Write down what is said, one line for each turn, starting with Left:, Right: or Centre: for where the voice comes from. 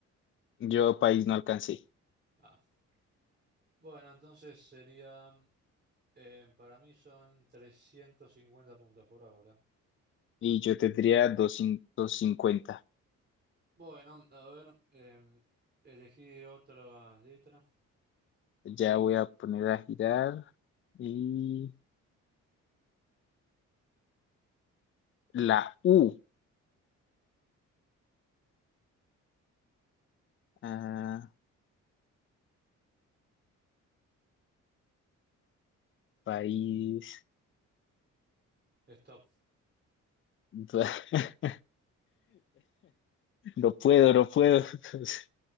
Left: Yo país no alcancé.
Right: Ah. Bueno, entonces sería... Em, para mí son 350 puntos por ahora.
Left: Y yo tendría doscientos cincuenta
Right: Bueno, a ver, em, elegí otra letra.
Left: Ya voy a poner a girar. Y la U. Ah, país.
Right: Stop.
Left: <laughs> No puedo, no puedo. <laughs>